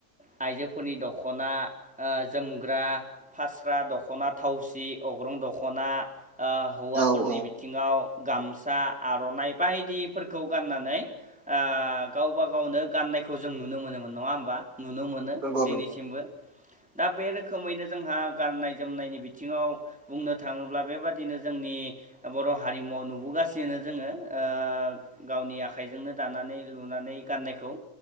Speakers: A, in the centre; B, on the right.
A: आइजोफोरनि दख'ना आ जोमग्रा फास्रा दख'ना थावसि अग्रं दख'ना आ हौवाफोरनि
B: औ औ
A: बिथिङाव गामसा आर'नाइ बायदिफोरखौ गाननानै ओ गावबा गावनो गाननायखौ जों नुनो मोनोमोन नङा होमबा? नुनो मोनो
B: नंगौ
A: दिनैसिमबो।
B: नंगौ
A: दा बे रोखोमैनो जोंहा गाननाय जोमनायनि बिथिङाव बुंनो थाङोब्ला बेबादिनो जोंनि बर' हारिमुवाव नुबोगासिनो जोङो। ओ गावनि आखाइजोंनो दानानै लुनानै गाननायखौ